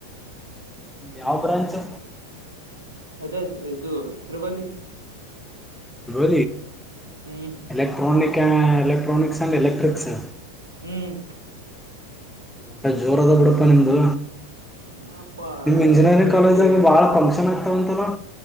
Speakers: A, in the centre; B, on the right.
A: ಯಾವ ಬ್ರಾಂಚ್.
B: ಅದೇ ಇದು ತ್ರಿಬಲ್ ಈ.
A: ಲೋ
B: ಹ್ಮ್
A: ಎಲೆಕ್ಟ್ರಾನಿಕ್ ಎಲೆಕ್ಟ್ರಾನಿಕ್ಸ್ ಅ್ಯಂಡ್ ಎಲೆಕ್ಟ್ರಿಕ್ಸ್.
B: ಹ್ಮ್
A: ಒಟ್ಟ ಜೋರ ಅದ ಬಿಡಪ್ಪಾ ನಿಮ್ದು.
B: ಏನಪ್ಪಾ
A: ನಿಮ್ ಇಂಜಿನಿಯರಿಂಗ್
B: ಏನ್
A: ಕಾಲೇಜ್
B: ಇಲ್ಲಿ
A: ದಾಗಾ ಬಾಳ ಫಂಕ್ಷನ್ ಆಗ್ತಾವಂತಲ್ಲ.